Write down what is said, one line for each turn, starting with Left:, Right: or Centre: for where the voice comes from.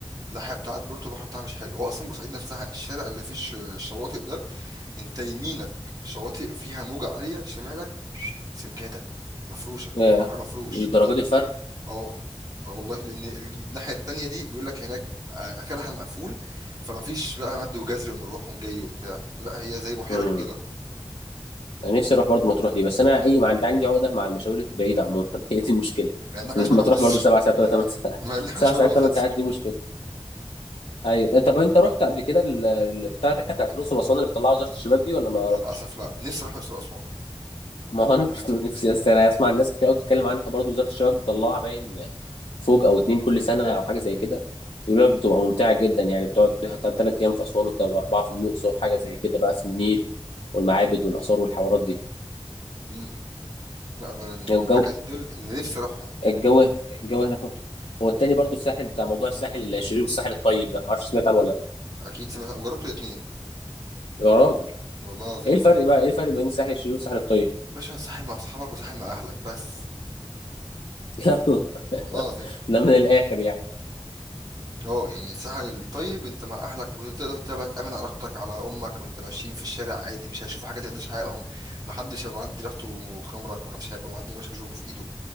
Right: الناحيه بتاعت بورتو البحر بتاعها مش حلو هو اصلا بورسعيد نفسها الشارع اللي فيه الش- الشواطئ ده انت يمينك شواطئ فيها موجة عالية شمالك سجادة مفروشة
Left: ياه
Right: البحر مفروش
Left: للدرجة
Right: والله
Left: دي الفرق
Right: اه اه والله لان الناحية التانية دي بيقول لك هناك آه، اخرها مقفول فما فيش بقى مد وجزر ومروح ومجي وبتاع لا هي زي بحيرة
Left: امم
Right: كبيرة
Left: انا نفسي اروح برضو مطروح دي بس انا اي ما عندي عندي عقدة مع المشاوير البعيدة عموما <laughs> هي دي المشكلة
Right: مع
Left: <laughs>
Right: انك
Left: لما
Right: عايش بره مصر
Left: تروح برضو سبع
Right: <laughs>
Left: ساعات ولا ثمان ساعات
Right: مع
Left: <laughs>
Right: انك
Left: سبع
Right: عايش بره
Left: ساعات
Right: مصر
Left: ثمان ساعات دي مشكلة ايوه انت طب انت رحت قبل كده ال- ال- بتاع الرحلة بتاعت الأقصر وأسوان اللي بتطلعها وزارة الشباب دي ولا ما
Right: للاسف
Left: رحتش
Right: لا نفسي اروح الاقصر واسوان
Left: ما هو انا برضو <laughs> نفسي بس انا اسمع الناس كتير قوي بتتكلم عنها برضو وزارة الشباب بتطلعها باين فوق او اتنين كل سنه او حاجه زي كده يقول لك بتبقى ممتعه جدا يعني بتقعد فيها ثلاث ايام في اسوان وتبقى اربعه في الاقصر حاجه زي كده بقى في النيل والمعابد والاثار والحوارات دي
Right: امم لا انا المكانين
Left: يعني الجو
Right: دول اللي نفسي اروحهم
Left: الجو الجو هناك ممتع. هو التاني برضو الساحل بتاع موضوع الساحل الشرير والساحل الطيب ده ما اعرفش سمعت عنه ولا لا
Right: اكيد سمعت وجربت الاثنين
Left: يا راجل
Right: والله العظيم
Left: ايه الفرق بقى ايه الفرق بين الساحل الشرير والساحل الطيب
Right: باشا ساحل مع اصحابك وساحل مع اهلك بس
Left: <laughs> لا والله
Right: والله العظيم
Left: ده من الاخر يعني
Right: اه يعني الساحل الطيب انت مع اهلك وتقدر تبقى تامن علاقتك على امك وانت ماشيين في الشارع عادي مش هيشوفوا حاجه تخدش حقهم محدش هيبقى معدي ريحته خمره محدش هيبقى معدي ماسك جوب في ايده